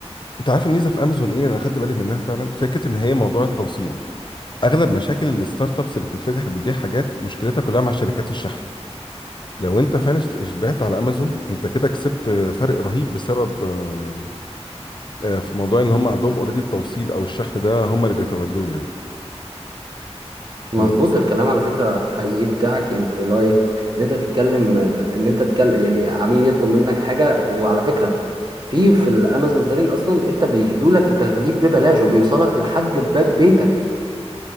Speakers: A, on the left (about 45°); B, on the right (about 40°).
A: انت عارف الميزه في امازون ايه انا خدت بالي منها فعلا فكره ان هي موضوع التوصيل اغلب مشاكل الستارت ابس اللي بتتفتح اللي بتبيع حاجات مشكلتها كلها مع شركات الشحن لو انت فعلا اشت- بعت على امازون انت كده كسبت آه، فرق رهيب بسبب آه، آه، في موضوع ان هم عندهم اوريدي التوصيل او الشحن ده هم اللي بيتولوه
B: مظبوط
A: يعني
B: الكلام على فكره حقيقي بتاعك يعني اللي هو ايه ان انت تتكلم ان انت تتكلم يعني عميل يطلب منك حاجه وعلى فكره في في الامازون سيلينج اصلا انت بيدولك التغليف ببلاش وبيوصلك لحد باب بيتك